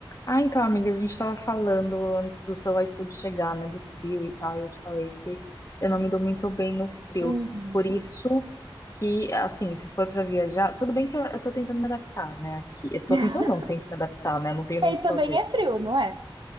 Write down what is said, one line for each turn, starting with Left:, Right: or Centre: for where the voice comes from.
Left: Ah, então, amiga, a gente tava falando antes do seu iFood chegar, né, do frio e tal, e eu te falei que eu não me dou muito bem no frio.
Right: Uhum.
Left: Por isso que, assim, se for pra viajar, tudo bem que eu eu tô tentando me adaptar, né, aqui. Eu tô
Right: <laughs>
Left: tentando não, tenho que me adaptar, né, não tenho
Right: E
Left: nem
Right: aí
Left: o que
Right: também
Left: fazer.
Right: é frio, não é?